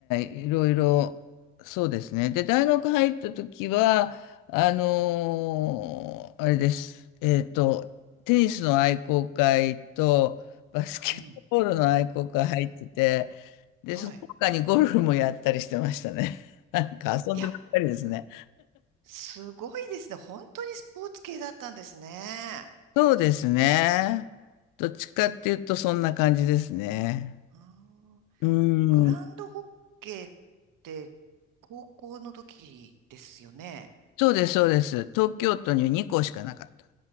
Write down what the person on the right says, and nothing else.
うん。
はい。
いや、すごいですね。本当にスポーツ系だったんですね。
あー
グランドホッケーって高校の時ですよね。